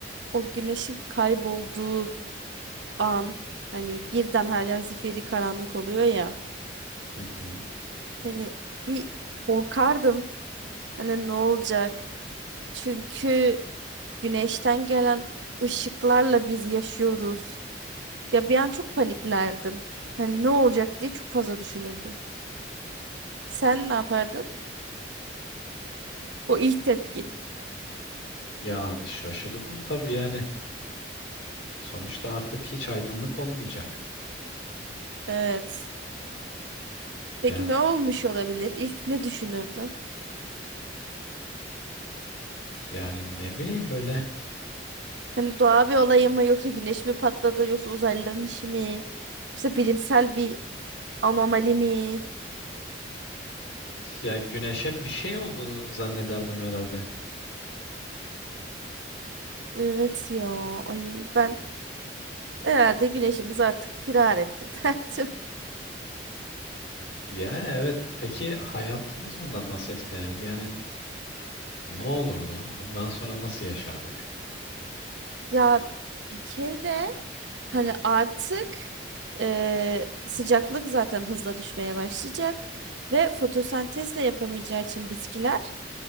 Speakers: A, on the right; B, on the left.
A: o güneşin kaybolduğu an hani birden her yer zifiri karanlık oluyor ya.
B: Hı hı.
A: Hani bir korkardım. Hani ne olacak? Çünkü güneşten gelen ışıklarla biz yaşıyoruz. Ya bir an çok paniklerdim. Hani ne olacak diye çok fazla düşünürdüm. Sen ne yapardın? O ilk tepkin.
B: Ya şaşırdım tabii yani. Sonuçta artık hiç aydınlık olmayacak.
A: Evet. Peki
B: Ya
A: ne olmuş olabilir? İlk ne düşünürdün?
B: yani ne bileyim böyle
A: Hani doğa bir olay mı yoksa güneş mi patladı yoksa uzaylıların işi mi? Yoksa bilimsel bir anomali mi?
B: ya güneşe bir şey oldu zannederdim herhalde.
A: Evet ya. Ay ben herhalde güneşimiz artık firar etti <laughs> derdim.
B: Yani evet. Peki hayatımız bundan nasıl etkilenirdi? Yani ne olurdu? Bundan sonra nasıl yaşardık?
A: Ya bir kere hani artık e, sıcaklık zaten hızla düşmeye başlayacak ve fotosentez de yapamayacağı için bitkiler